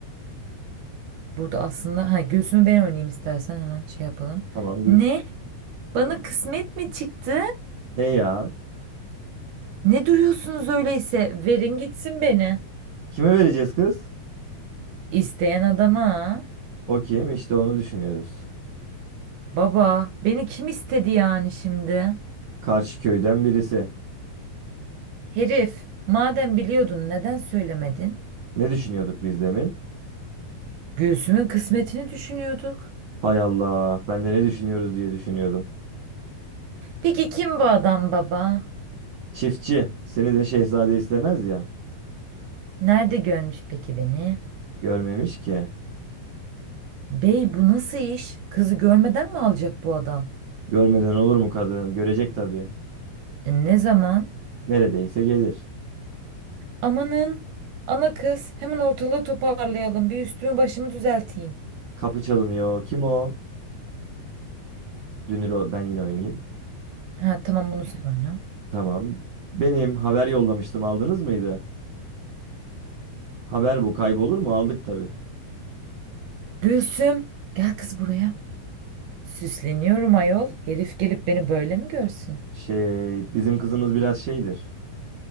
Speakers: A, on the right; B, on the right.
A: Burada aslında ha göğsümü ben oynayayım istersen hemen şey yapalım.
B: Tamam Gülsüm.
A: Ne? Bana kısmet mi çıktı?
B: He ya.
A: Ne duruyorsunuz öyleyse? Verin gitsin beni.
B: Kime vereceğiz kız?
A: İsteyen adama. ha?
B: O kim? İşte onu düşünüyoruz.
A: Baba, beni kim istedi yani şimdi?
B: Karşı köyden birisi.
A: Herif, madem biliyordun neden söylemedin?
B: Ne düşünüyorduk biz demin?
A: Göğsümün kısmetini düşünüyorduk.
B: Hay Allah. Ben de ne düşünüyoruz diye düşünüyordum.
A: Peki kim bu adam baba?
B: Çiftçi. Seni de şehzade istemez ya.
A: Nerede görmüş peki beni?
B: Görmemiş ki.
A: Bey bu nasıl iş? Kızı görmeden mi alacak bu adam?
B: Görmeden olur mu kadın? Görecek tabii.
A: E, ne zaman?
B: Neredeyse gelir.
A: Amanın. Ana kız hemen ortalığı toparlayalım. Bir üstümü başımı düzelteyim.
B: Kapı çalınıyor. Kim o? Dünür o- ben yine oynayayım.
A: Ha tamam bunu sen oyna.
B: Tamam. Benim haber yollamıştım aldınız mıydı? Haber bu kaybolur mu? Aldık tabii.
A: Gülsüm gel kız buraya. Süsleniyorum ayol. Herif gelip beni böyle mi görsün?
B: Şey bizim kızımız biraz şeydir.